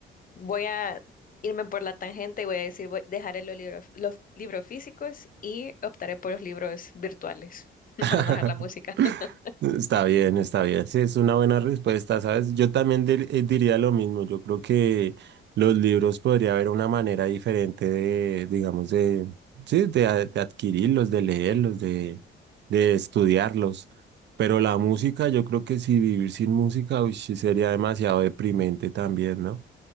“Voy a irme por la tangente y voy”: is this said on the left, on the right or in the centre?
Left